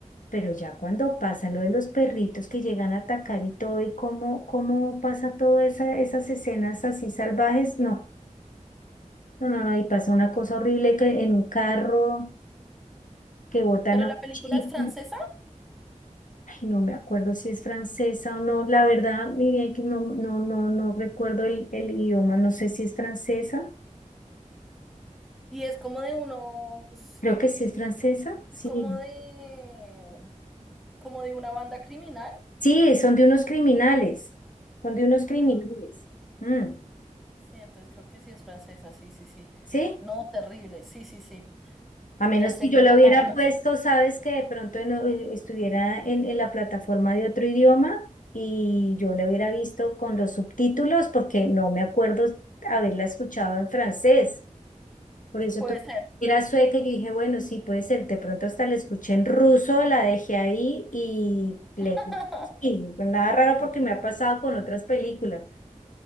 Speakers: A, on the left (about 80°); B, in the centre.
A: Pero ya cuando pasa lo de los perritos que llegan a atacar y todo, y cómo, cómo pasa todas esa, esas escenas así salvajes, no, no, no, no, y pasa una cosa horrible que en un carro que botan
B: pero
A: a
B: la
A: un
B: película
A: chico,
B: es francesa.
A: ay, no me acuerdo si es francesa o no, la verdad, mi bien que no, no, no, no recuerdo el, el idioma, no sé si es francesa,
B: Y es como de unos,
A: creo que sí es francesa, sí,
B: es como de, como de una banda criminal.
A: sí, son de unos criminales, son de unos criminales,
B: Ah,
A: Mm,
B: sí, entonces creo que sí es francesa, sí, sí, sí.
A: ¿sí?
B: No, terrible, sí, sí, sí.
A: A menos
B: Ya sé
A: que yo la
B: cuál
A: hubiera
B: hablas.
A: puesto, sabes que de pronto en- eh, estuviera en, en la plataforma de otro idioma y yo la hubiera visto con los subtítulos porque no me acuerdo haberla escuchado en francés. Por eso
B: Puede
A: tú
B: ser.
A: era sueca y yo dije, bueno, sí, puede ser. De pronto hasta la escuché en ruso, la dejé ahí y le...
B: <laughs>
A: Y nada raro porque me ha pasado con otras películas